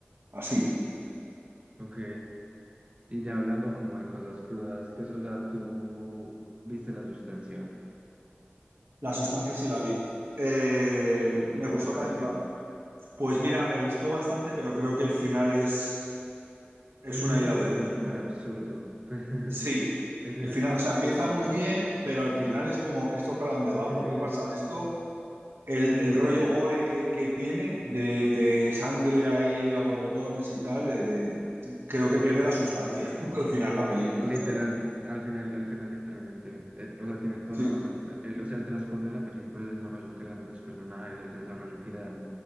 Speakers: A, on the right; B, on the right.
A: así.
B: Ok. Y ya hablando como de cosas crudas, pues, o sea, tú viste la sustancia
A: La sustancia sí la vi. Eh,
B: y qué,
A: me
B: y qué
A: gustó
B: te pareció.
A: también. ba- Pues mira, me gustó bastante, pero creo que el final es, es
B: El
A: una
B: final
A: ida
B: me
A: de
B: pareció
A: olla.
B: súper
A: como-
B: absurdo. <laughs> Pues,
A: Sí,
B: Es
A: el
B: una
A: final,
B: que,
A: o sea, empieza
B: sí, total.
A: muy bien, pero al final es como, ¿esto para dónde va? ¿Por
B: El final,
A: qué pasa esto? El,
B: sí,
A: el
B: no,
A: rollo
B: no.
A: gore que, que tiene de, de sangre ahí a borbotones y tal, de- de- creo que pierde la sustancia <laughs> al final la película,
B: Literal,
A: ¿sabes?
B: al final, al final, literalmente, eh, o sea, tienes toda
A: Sí,
B: la razón. La- el- o sea, el trasfondo de la película, el desarrollo que le dan a los personajes, el desarrollo que le dan